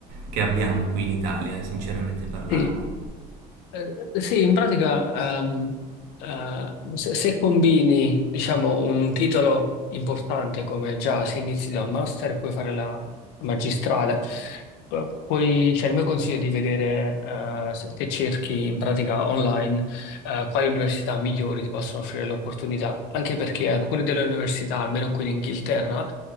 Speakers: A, on the right; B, on the left.
A: che abbiamo qui in Italia, sinceramente parlando.
B: Sì. Eh, sì, in pratica, ehm, eh, se, se combini, diciamo, un titolo importante come già se inizi da un master e puoi fare la magistrale, pu- poi c'è il mio consiglio è di vedere, eh, se, se cerchi in pratica online, eh, quali università migliori ti possono offrire l'opportunità, anche perché alcune delle università, almeno qui in Inghilterra,